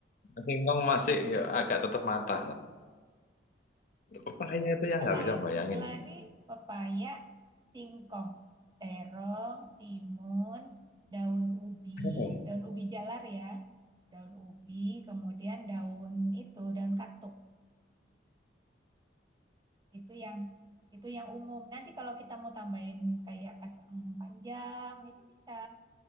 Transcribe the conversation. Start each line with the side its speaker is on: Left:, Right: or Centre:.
Left: singkong masih ya, agak tetap mata. Pepaya
Right: <laughs>
Left: itu yang
Right: keladi,
Left: nggak bisa bayangin.
Right: keladi, pepaya, singkong, terong, timun, daun ubi,
Left: Terong.
Right: daun ubi jalar ya. Daun ubi, kemudian daun itu, daun katuk. Itu yang itu yang umum. Nanti kalau kita mau tambahin kayak kacang panjang itu bisa